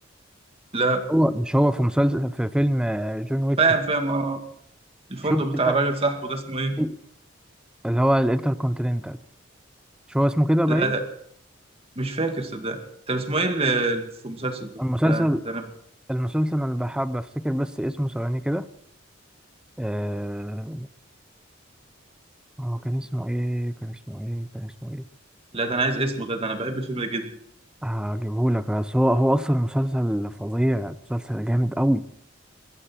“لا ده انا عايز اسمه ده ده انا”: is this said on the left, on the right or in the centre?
Right